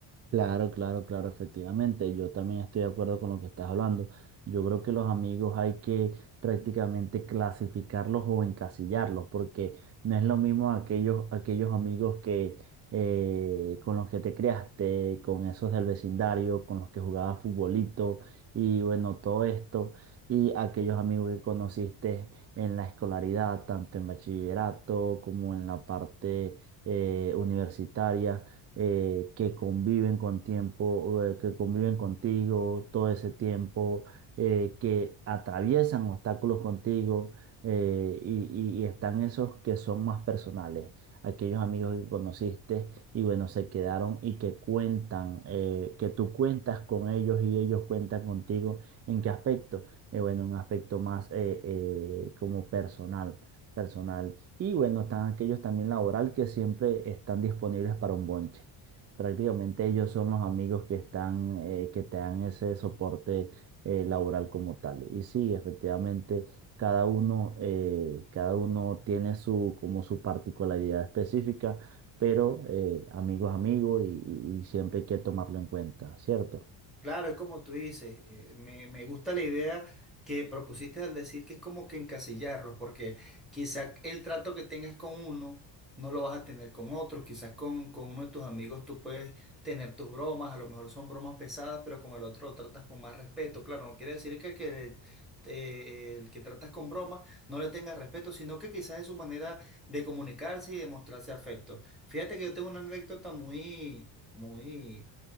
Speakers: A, on the right; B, in the centre.
A: Claro, claro, claro, efectivamente. Yo también estoy de acuerdo con lo que estás hablando. Yo creo que los amigos hay que prácticamente clasificarlos o encasillarlos, porque no es lo mismo aquellos, aquellos amigos que eh, con los que te criaste, con esos del vecindario, con los que jugabas futbolito y bueno, todo esto, y aquellos amigos que conociste en la escolaridad, tanto en bachillerato como en la parte eh, universitaria eh, que conviven con tiempo, eh, que conviven contigo todo ese tiempo, eh, que atraviesan obstáculos contigo eh, y, y- y están esos que son más personales, aquellos amigos que conociste y bueno, se quedaron y que cuentan, eh, que tú cuentas con ellos y ellos cuentan contigo. ¿En qué aspecto? Eh, bueno, un aspecto más eh, eh, como personal, personal y bueno, están aquellos también laboral que siempre están disponibles para un bonche. Prácticamente ellos son los amigos que están, eh, que te dan ese soporte eh, laboral como tal. Y sí, efectivamente, cada uno, eh, cada uno tiene su, como su particularidad específica, pero eh, amigos, amigos y, y y siempre hay que tomarlo en cuenta, ¿cierto?
B: Claro, es como tú dices, eh, me, me gusta la idea que propusiste al decir que es como que encasillarlos, porque quizás el trato que tengas con uno no lo vas a tener con otro, quizás con, con uno de tus amigos tú puedes tener tus bromas, a lo mejor son bromas pesadas, pero con el otro lo tratas con más respeto. Claro, no quiere decir que, que, eh, el que tratas con bromas no le tengas respeto, sino que quizás es su manera de comunicarse y de mostrarse afecto. Fíjate que yo tengo una anécdota muy, muy